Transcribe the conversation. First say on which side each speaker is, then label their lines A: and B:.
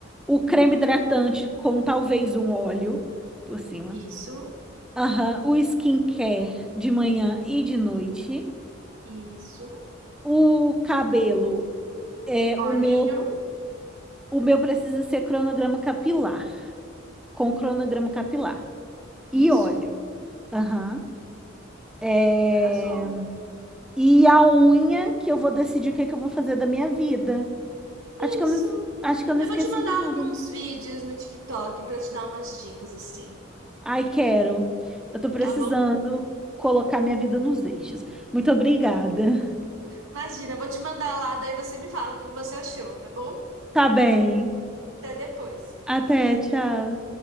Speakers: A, in the centre; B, on the right (about 75°).
A: o creme
B: Uhum.
A: hidratante com talvez um óleo por cima.
B: Isso,
A: Aham, o skincare de manhã e de noite.
B: isso.
A: O cabelo é
B: Olhinho,
A: o meu, o meu precisa ser cronograma capilar, com cronograma capilar. e
B: isso.
A: óleo. Aham. É,
B: Arrasou.
A: E a unha, que eu vou decidir o que é que eu vou fazer da minha vida. Acho que
B: Isso.
A: eu não, es- acho que eu não
B: Eu
A: esqueci
B: vou te mandar
A: de nada.
B: alguns
A: né?
B: vídeos no TikTok pra te dar umas dicas, assim,
A: Ai, quero. Eu tô precisando
B: tá bom?
A: colocar minha vida nos eixos. Muito obrigada.
B: Imagina, eu vou te mandar lá, daí você me fala o que você achou, tá bom?
A: Tá bem.
B: Até depois.
A: Até, tchau.